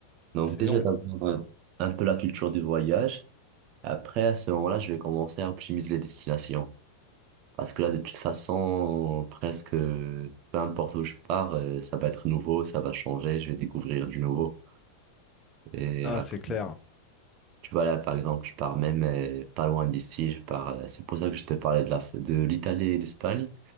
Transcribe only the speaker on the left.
Ouais, C'est
long.
Non,
c'est clair.